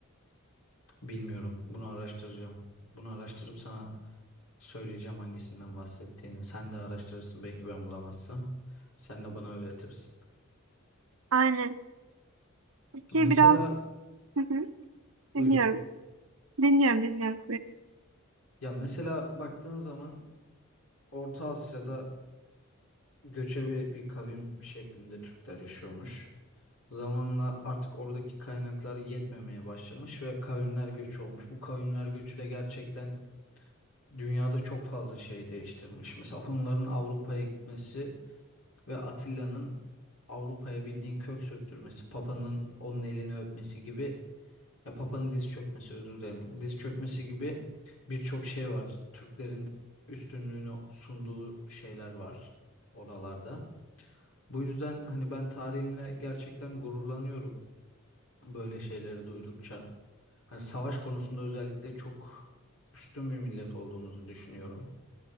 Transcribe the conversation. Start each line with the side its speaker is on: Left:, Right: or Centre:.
Left: Bilmiyorum. Bunu araştıracağım. Bunu araştırıp sana Söyleyeceğim hangisinden bahsettiğini. Sen de araştırırsın belki ben bulamazsam. Sen de bana öğretirsin.
Right: Aynen. Peki
Left: Mesela
Right: biraz Hı hı,
Left: buyur.
Right: dinliyorum. Dinliyorum, dinliyorum.
Left: Ya mesela baktığın zaman Orta Asya'da göçebe bir kavim şeklinde Türkler yaşıyormuş. Zamanla artık oradaki kaynaklar yetmemeye başlamış ve kavimler göçü olmuş. Bu kavimler göçü de gerçekten dünyada çok fazla şey değiştirmiş. Mesela Hunların Avrupa'ya gitmesi ve Atilla'nın Avrupa'ya bildiğin kök söktürmesi, Papa'nın onun elini öpmesi gibi ya Papa'nın diz çökmesi özür dilerim. Diz çökmesi gibi birçok şey var. Türklerin üstünlüğünü sunduğu şeyler var oralarda. Bu yüzden hani ben tarihimle gerçekten gururlanıyorum böyle şeyleri duydukça. Hani savaş konusunda özellikle çok üstün bir millet olduğumuzu düşünüyorum.